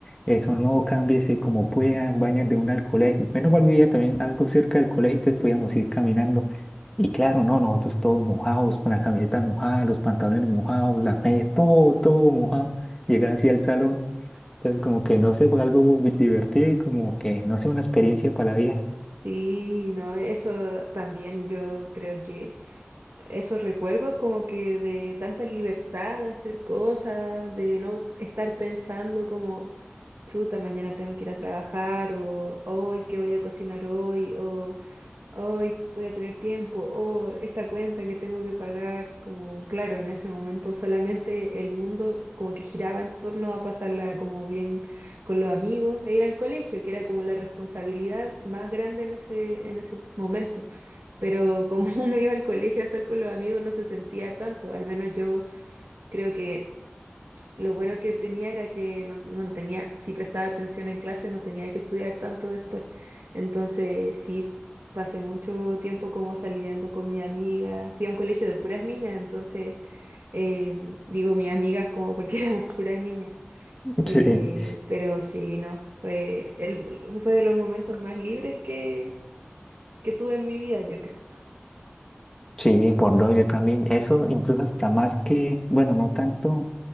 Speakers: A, on the left; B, on the right.
A: Eso no, cámbiese como puedan, vayan de una al colegio. Menos mal vivía también algo cerca del colegio, entonces podíamos ir caminando. Y claro, no, nosotros todos mojados, con la camiseta mojada, los pantalones mojados, las medias, todo, todo mojado. Llegar así al salón. Entonces, como que no sé, fue algo bi- divertido y como que no sé, una experiencia para la vida.
B: sí, no, eso también yo creo que... esos recuerdos como que de tanta libertad de hacer cosas, de no estar pensando como, chuta, mañana tengo que ir a trabajar o hoy, ¿qué voy a cocinar hoy? o hoy voy a tener tiempo, o esta cuenta que tengo que pagar, como claro, en ese momento solamente el mundo como que giraba en torno a pasarla como bien con los amigos e ir al colegio, que era como la responsabilidad más grande en ese, en ese momento. Pero como <laughs> uno iba al colegio a estar con los amigos, no se sentía tanto, al menos yo creo que lo bueno que tenía era que no, no tenía, si prestaba atención en clase, no tenía que estudiar tanto después. Entonces, sí, pasé mucho tiempo como saliendo con mi amiga. Fui a un colegio de puras niñas, entonces, em, digo mis amigas como porque <laughs> éramos puras niñas.
A: <laughs>
B: Eh, pero sí, no, fue, el, fue de los momentos más libres que, que tuve en mi vida, yo creo.
A: Sí, por dos, yo también. Eso incluso hasta más que, bueno, no tanto